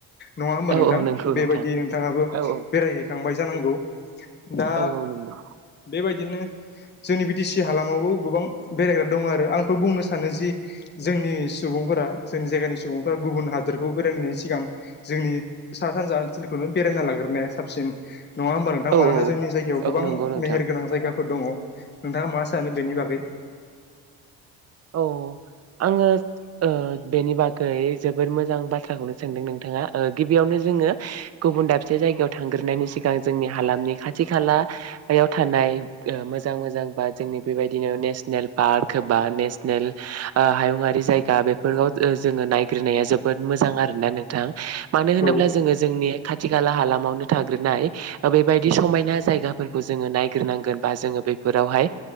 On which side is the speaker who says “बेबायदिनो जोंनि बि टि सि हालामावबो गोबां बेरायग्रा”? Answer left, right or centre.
Left